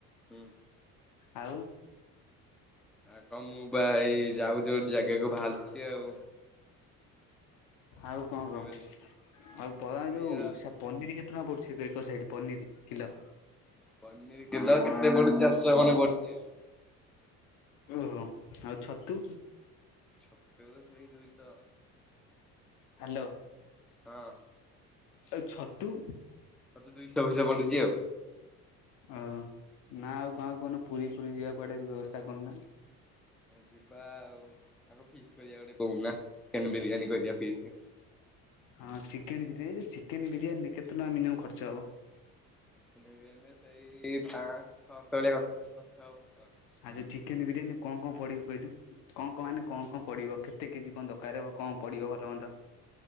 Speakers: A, in the centre; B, on the left.
A: ହୁଁ।
B: ଆଉ
A: ହଁ, ମୁଁ ବା ହେଇ, ଯାଉଛି ୲ଗୋଟେ ଜାଗାକୁ, ବାହାରୁଛି 'ଆଉ
B: ଆଉ' କଣ,
A: ଯିବି
B: କହ?
A: ବୋଲି
B: ଆଉ' ପଳାମୀ
A: ସେଇଆ
B: ଯୋଉ,
A: ଆଉ
B: ସେ ପନିର କେତେ ଣା ପୁଛି ଏକ ସାଇ ପନିର କିଲୋ।
A: ପନିର କିଲୋ କେତେ, ପଡୁଛି? ଚାରିଶହ କଣ, ପଡୁଛି ଆଉ,
B: ଓହୋ, ଆଉ' ଛତୁ?
A: ଛତୁ, ସେଇ ଦୁଇଶ
B: ହାଲୋ।
A: ହଁ।
B: ଆଉ' ଛତୁ।
A: ଛତୁ, ଦୁଇଶହ ପଇସା, ପଡୁଛି ଆଉ'।
B: ଓ, ନା ଆଉ' କହୁନ ପୁରୀ, ଫୁୁରୀ ଯିବା ୲କୁଆଡ଼େ ବ୍ୟବସ୍ଥା, କରୁନା।
A: ଯିବା ଆଉ' ଆଗ ଫିଷ୍ଟ, କରିବା ୲ ଗୋଟେ, କହୁନା। ଚିକେନ, ବିରିୟାନି, କରିିବା ଫିଷ୍ଟ।
B: ହଁ ଚିକେନ ବିରିୟାନୀ ଯୋଉ ଚିକେନ ବିରିୟାନୀରେ, କେତେ ଟଙ୍କା, ମିନିମମ୍ ଖର୍ଚ୍ଚ ହବ?
A: ସେଇ' ପାଞ୍ଚ, ଛଅଶହ ଲେଖା ଖର୍ଚ ହବ, ଆଉ'।
B: ଆଉ' ଯେ ଚିକେନ ବିରିୟାନୀ ୲ କଣ, କଣ ପଡିବ କହିଲୁ? କଣ, କଣ ମାନେ ୲କଣ, କଣ ପଡିବ? କେତେ, କେଜି? କଣ, ଦରକାର ହବ? କଣ, ପଡିବ ଭଲ, ମନ୍ଦ?